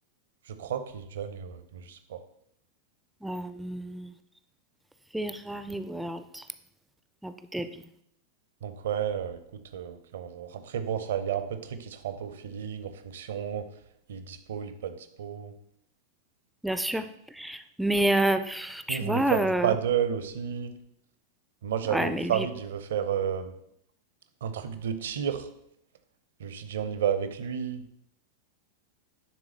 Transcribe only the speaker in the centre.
Euh, Ferrari World, Abu Dhabi,
bien sûr. Mais euh, pff, tu
vois,
euh,
ouais, mais
lui,